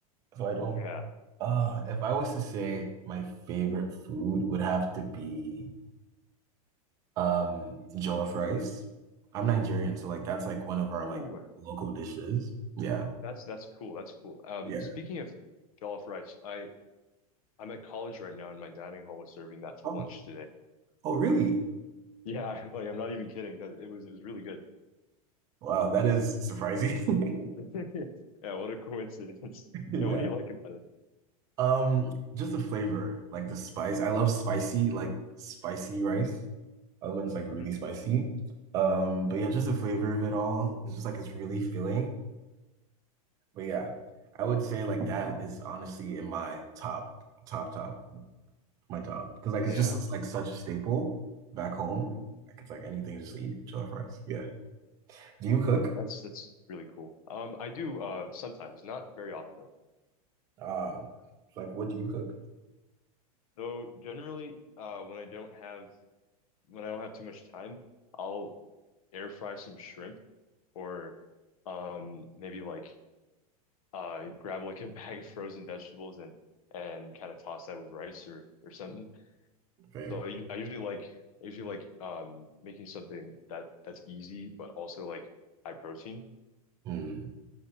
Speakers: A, on the right (about 20°); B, on the left (about 70°).
A: So I don't.
B: Yeah.
A: Uh, if I was to say my favorite food would have to be um jollof rice. I'm Nigerian, so like that's like one of our
B: Oh,
A: like local dishes. Yeah.
B: that's that's cool. That's cool. Um,
A: Yeah.
B: speaking of jollof rice, I I'm at college right now, and my dining hall was serving that for
A: Oh,
B: lunch today.
A: oh really?
B: Yeah, <laughs> like I'm not even kidding. That it was it was really good.
A: Wow, that is surprising.
B: <laughs>
A: <laughs>
B: Yeah, what a coincidence.
A: Yeah.
B: Yeah, what do you like about it?
A: Um, just the flavor, like the spice. I love spicy, like spicy rice. I love when it's like really
B: Mhm.
A: spicy. Um, but yeah, just the flavor of it all. It's just like it's really filling. But yeah, I would say like that is honestly in my top, top, top, my top. Because like
B: Yeah.
A: it's just it's, like such a staple back home.
B: <laughs>
A: Like it's like anything, just eat chili fries. Yeah. Do you cook?
B: That's that's really cool. Um, I do uh sometimes, not very often though.
A: Uh,
B: Yeah.
A: it's like what do you cook?
B: So generally, uh, when I don't have when I don't have too much time, I'll air fry some shrimp or um maybe like uh grab like a <laughs> bag of frozen vegetables and and kind of toss that with rice or or something.
A: Fair.
B: So I, I usually like I usually like um making something that that's easy but also like high protein.
A: Mm.